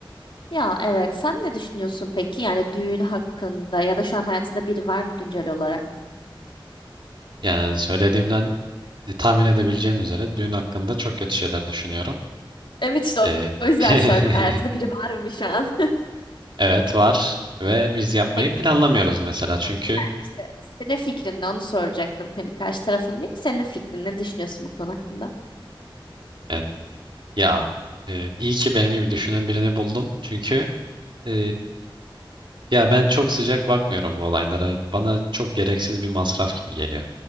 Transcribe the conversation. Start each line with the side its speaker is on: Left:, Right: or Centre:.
Left: Ya evet sen ne düşünüyorsun peki? Yani düğün hakkında ya da şu an hayatında biri var mı güncel olarak?
Right: Yani söylediğimden e, tahmin edebileceğin üzere düğün hakkında çok kötü şeyler düşünüyorum.
Left: Evet işte o
Right: E,
Left: o yüzden
Right: <laughs>
Left: sordum. Hayatında biri var mı şu an? <laughs>
Right: evet var ve biz yapmayı
Left: Peki
Right: planlamıyoruz mesela çünkü
Left: ben işte senin fikrin ne onu soracaktım. Hani karşı tarafın değil senin fikrin ne düşünüyorsun bu konu hakkında?
Right: evet, ya e, iyi ki benim gibi düşünen birini buldum. Çünkü e, Ya ben çok sıcak bakmıyorum bu olaylara. Bana çok gereksiz bir masraf gibi geliyor.